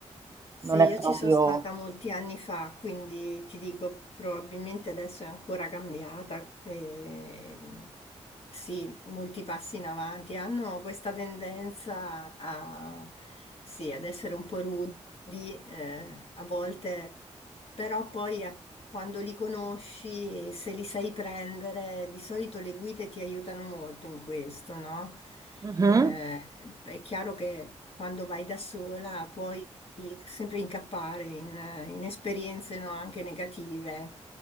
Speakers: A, on the left; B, on the right.
A: Se
B: non
A: io
B: è proprio...
A: ci sono stata molti anni fa, quindi ti dico, probabilmente adesso è ancora cambiata. e, sì, molti passi in avanti. Hanno questa tendenza a, sì, ad essere un po' rudi, eh, a volte però poi a- quando li conosci, e se li sai prendere, di solito le guide ti aiutano molto in questo, no?
B: Mhm,
A: Eh, è chiaro che quando vai da sola puoi sempre incappare in, in esperienze, no, anche negative.